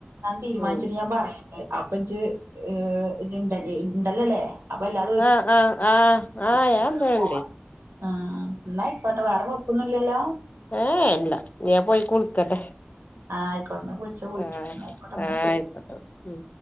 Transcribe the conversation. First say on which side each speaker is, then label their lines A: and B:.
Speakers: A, on the right; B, on the left.
A: തീരുമാനിച്ചിട്ട്
B: ഉം
A: ഞാൻ പറയാം അപ്പൊ ഇജ് ഇജ് ണ്ടലേ ഉണ്ടലല്ലേ അപ്പ അല്ലാ
B: ആഹ് ആഹ് ആഹ് ആഹ് ഞാൻ ഇണ്ടാവൽണ്ട്
A: നമ്മക്ക് പോവാ ആഹ് ഇന്നായ്ക്കോട്ടെ വേറെ കൊയപ്പൊന്നില്ലല്ലോ
B: ഏഹ് ഇല്ല ഞാൻ പോയി കുളിക്കട്ടെ
A: ആഹ് ആയിക്കോട്ടെ എന്നാ വിളിച്ചാ പോയിട്ട്
B: ആഹ്
A: എന്നാ ആയിക്കോട്ടെ എന്നാ
B: ആഹ്
A: ശരി
B: ആയിക്കോട്ടെ ഉം